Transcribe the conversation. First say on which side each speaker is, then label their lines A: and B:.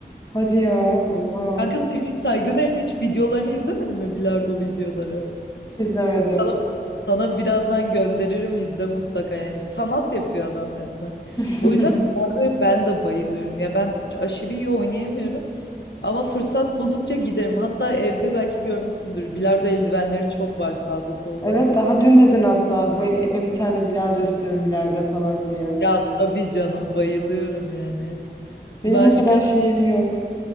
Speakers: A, on the left; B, on the left.
A: Hadi ya. Oha.
B: Kanka Semih Saygıner'in hiç videolarını izlemedin mi bilardo videoları?
A: Hiç izlemedim.
B: Sana, sana birazdan gönderirim izle mutlaka yani sanat yapıyor adam resmen.
A: <laughs>
B: O yüzden bilardoya ben de bayılıyorum ya ben aşırı iyi oynayamıyorum ama fırsat buldukça giderim. Hatta evde belki görmüşsündür bilardo eldivenleri çok var sağda solda.
A: Evet daha dün dedin hatta bu eve bir tane bilardo istiyorum ileride falan diye.
B: Ya tabii canım bayılıyorum yani.
A: Benim
B: Başka
A: o kadar şeyim yok.